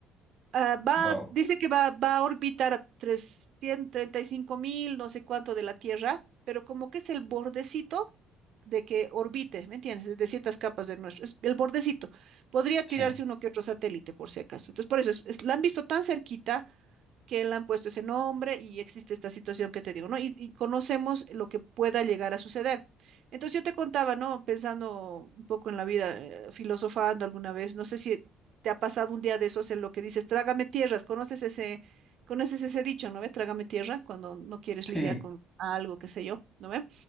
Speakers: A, on the right; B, on the left.
A: Ah, va,
B: Wow.
A: dice que va, va a orbitar a trescientos treinta y cinco mil, no sé cuánto de la Tierra, pero como que es el bordecito de que orbite, ¿me entiendes? De ciertas capas de nuestro, es el bordecito. Podría tirarse
B: Sí.
A: uno que otro satélite, por si acaso. Entonces, por eso, es- es- la han visto tan cerquita que le han puesto ese nombre y existe esta situación que te digo, ¿no? Y, y conocemos lo que pueda llegar a suceder. Entonces yo te contaba, ¿no? Pensando un poco en la vida, eh, filosofando alguna vez, no sé si te ha pasado un día de esos en lo que dices, trágame tierras, conoces ese, conoces ese dicho, ¿no ve? Trágame tierra cuando no quieres lidiar
B: Sí.
A: con algo, qué sé yo, ¿no ve?